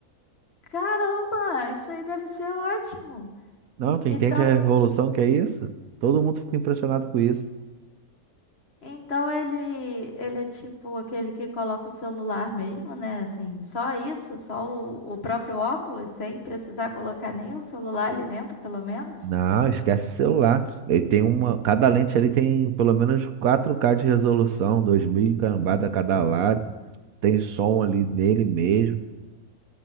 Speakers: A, on the left; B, on the right.
A: caramba, isso aí deve ser ótimo.
B: Não, tu
A: Então,
B: entende a revolução que é isso? Todo mundo fica impressionado com isso.
A: Então ele, ele é tipo aquele que coloca o celular mesmo, né? Assim, só isso, só o, o próprio óculos, sem precisar colocar nenhum celular ali dentro, pelo menos.
B: Não, esquece o celular. Ele tem uma. Cada lente ali tem pelo menos quatro k de resolução, 2000 e cambada a cada lado. Tem som ali nele mesmo.